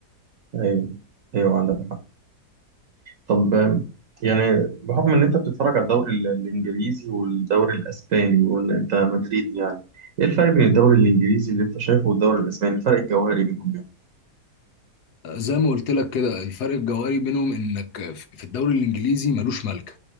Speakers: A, on the right; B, on the left.
A: ايوه ايوه عندك حق طب آم، يعني بحكم ان انت بتتفرج على الدوري ال- الانجليزي والدوري الاسباني وان انت مدريدي يعني ايه الفرق بين الدوري الانجليزي اللي انت شايفه والدوري الاسباني الفرق الجوهري بينهم يعني
B: زي ما قلت لك كده الفرق الجوهري بينهم انك في الدوري الانجليزي ملوش ملكه